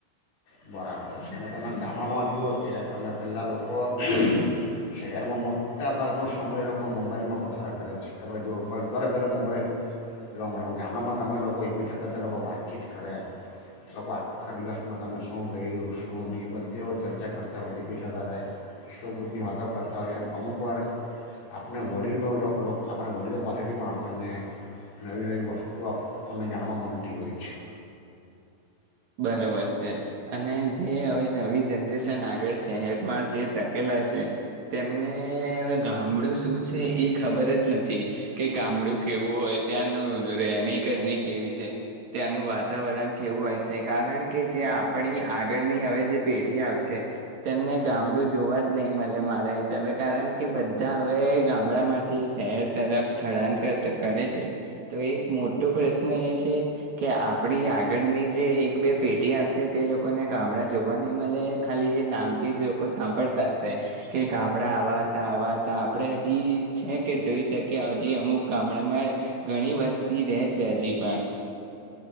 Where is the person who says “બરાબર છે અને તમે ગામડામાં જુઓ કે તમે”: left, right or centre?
Left